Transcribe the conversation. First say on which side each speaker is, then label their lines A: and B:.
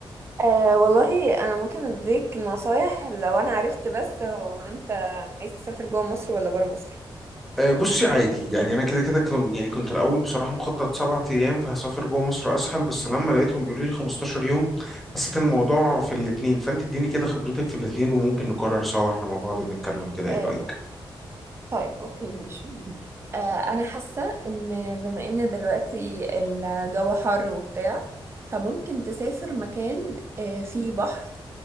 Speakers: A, on the right (about 30°); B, in the centre.
A: أه والله انا ممكن اديك نصايح لو انا عرفت بس هو انت عايز تسافر جوه مصر ولا بره مصر
B: أه بصي عادي يعني انا كده كده كن يعني كنت الاول بصراحة مخطط سبعة ايام فهسافر جوه مصر اسهل بس لما لقيتهم بيقولوا لي 15 يوم حسيت إن الموضوع في الاتنين فانت اديني كده خبرتك في الاتنين وممكن نقرر سوا احنا مع بعض بنتكلم كده
A: آه
B: ايه رأيك
A: طيب اوكي ماشي أه انا حاسه ان بما ان دلوقتي الجو حر وبتاع فممكن تسافر مكان أه فيه بحر